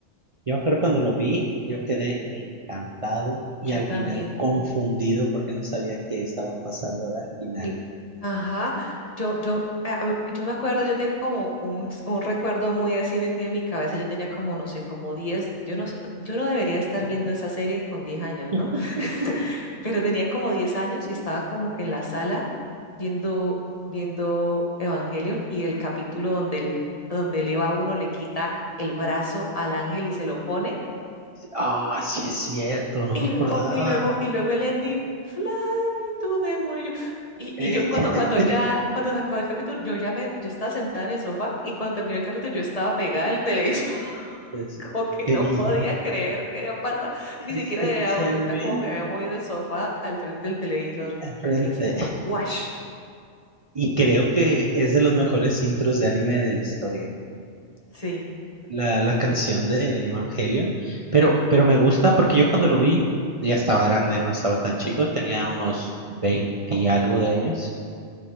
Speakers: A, on the right; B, on the left.
A: Yo creo que cuando lo vi, yo quedé encantado y
B: Yo
A: al
B: también.
A: final confundido porque no sabía qué estaba pasando al final.
B: El, ajá, yo, yo, a- a- yo me acuerdo, yo tengo como un, un recuerdo muy así metido en mi cabeza. Yo tenía como, no sé, como 10. yo no sé, yo no debería estar viendo esa serie con 10 años,
A: <laughs>
B: ¿no? <laughs> Pero tenía como 10 años y estaba como que en la sala viendo, viendo Evangelion y el capítulo donde, el- donde el Eva uno le quita el brazo al ángel y se lo pone.
A: Ah, sí es cierto, no
B: Y
A: me acordaba.
B: luego, y luego, y luego el ending, Fly me to the moon. Y yo, y,
A: Eh,
B: y yo cuando,
A: <laughs>
B: cuando ya, cuando se acabó el capítulo, yo ya me, yo estaba sentada en el sofá y cuando terminó el capítulo yo estaba pegada al televisor, <laughs>
A: es-
B: como que
A: que
B: no
A: vi
B: podía creer que había pasado. Ni siquiera
A: ese,
B: me había
A: ese
B: dado
A: anime
B: cuenta cómo me había movido el sofá al frente del televisor.
A: al frente.
B: Yo quedé así como, guash.
A: Y creo que es de los mejores intros de anime de la historia.
B: Sí.
A: La, la canción de Evangelion. Pero, pero me gusta porque yo cuando lo vi ya estaba grande, no estaba tan
B: ujú,
A: chico, tenía unos 20 y algo de años.